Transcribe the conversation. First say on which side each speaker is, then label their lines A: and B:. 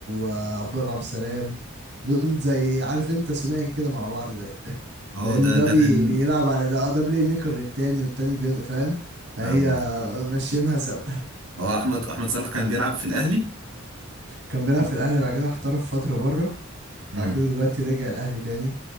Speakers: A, on the right; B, on the right.
A: آه، عبد الله عبد السلام دول زي عارف انت ثنائي كده مع بعض ده
B: اه
A: لان
B: ده
A: ده
B: ده
A: بي...
B: كان
A: بيلعب على ده اه ده بلاي ميكر للتاني والتاني بيض فاهم فهي
B: فاهم قصدي
A: ماشيينها سوا <laughs>
B: اه احمد احمد صلاح كان بيلعب في الاهلي
A: كان بيلعب في الاهلي بعد كده احترف فتره بره
B: امم
A: بعد كده دلوقتي رجع الاهلي تاني